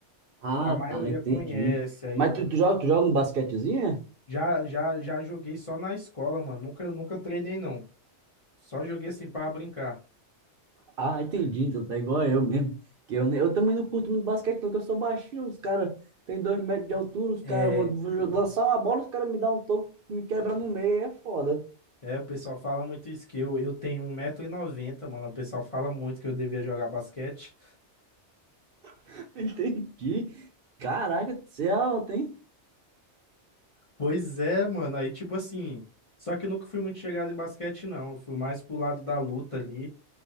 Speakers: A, on the right (about 60°); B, on the left (about 40°).
A: Ah,
B: Que a maioria
A: tá, entendi.
B: conhece, aí
A: Mas tu, tu joga, tu joga um basquetezinho? é?
B: Já, já, já joguei só na escola, mano. Nunca, nunca treinei, não. Só joguei assim pra brincar.
A: Ah, entendi. Então tá igual eu mesmo. Que eu, nem- eu também não curto muito basquete, não, que eu sou baixinho. Os caras têm dois metros de altura, os
B: É,
A: caras vão vou jo- lançar uma bola, os caras me dão um toco, me quebra no meio, aí é foda.
B: é, o pessoal fala muito isso, que eu, eu tenho um metro e noventa mano. O pessoal fala muito que eu devia jogar basquete.
A: <laughs> Entendi. Caraca, você é alto, hein?
B: Pois é, mano. Aí, tipo assim. Só que eu nunca fui muito chegado em basquete, não. Eu fui mais pro lado da luta ali.